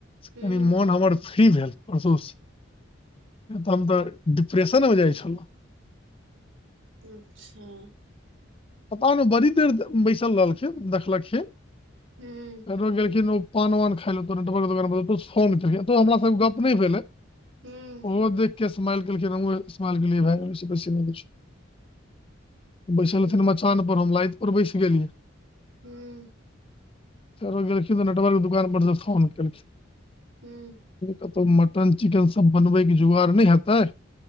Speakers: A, on the left (about 30°); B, on the right (about 70°).
A: कनि
B: हूं
A: मोन हमर फ्री भेल परशुसे, नै तऽ हम तऽ डिप्रेशनमे जाइ छलौं।
B: अच्छा।
A: पता नै बड़ी देर बैसल रहलखिन देखलखिन,
B: हूं
A: फेरो गेलखिन ओ पान वान खाय ले कोनो दुकान फोन केलखिन ओते हमरा संगे गप नै भेलै।
B: हूं
A: ओहो देख क इसमाइल केलखिन हमहुं इसमाइल केलियै भाइ ओइसं बेसी नै किछो। बैसल
B: हूं
A: रहथिन मचान पर हम लाइत पर बैस गेलियै।
B: हूँ।
A: फेरो गेलखिन तऽ नटवरके दुकान पर से फोन केलखिन।
B: हूं।
A: कतहु मटन चिकन सब बनबै के जोगाड़ नै हेतै?